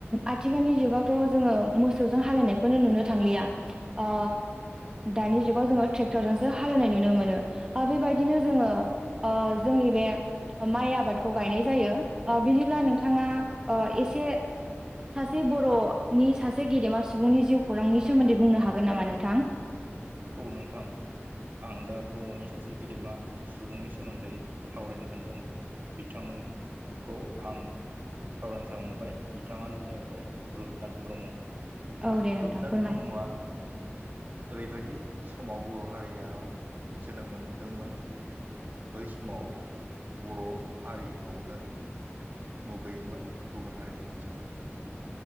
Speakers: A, on the right; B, on the right.
A: आथिखालनि जुगावथ' जोङो मोसौजों हाल एवनायखौनो नुनो थांलिया ओ दानि जुगाव जोङो ट्रेक्टरजोंसो हाल एवनाय नुनो मोनो ओ बेबायदिनो जोङो ओ जोंनि बे माइ आबादखौ गायनाय जायो ओ बिदिब्ला नोंथाङा ओ एसे सासे बर'नि सासे गेदेमा सुबुंनि जिउ खौरांनि सोमोन्दै बुंनो हागोन नामा नोंथां?
B: औ नोंथां। आं दा बर'नि सासे गेदेमा सुबुंनि सोमोन्दै सावरायनो सानदों। बिथांखौ आं सावरायनो सानबाय बिथाङानो जाबाय रुपनाथ ब्रह्म।
A: औ दे
B: रुपनाथ
A: नोंथां फोरमाय
B: ब्रह्मआ ओरैबायदि दि समाव बर' हारियाव जोनोम मोनदोंमोन दि। बै समाव बर' हारिखौनो मुगैयोमोन गुबुन हारिनि मानसिफोरा।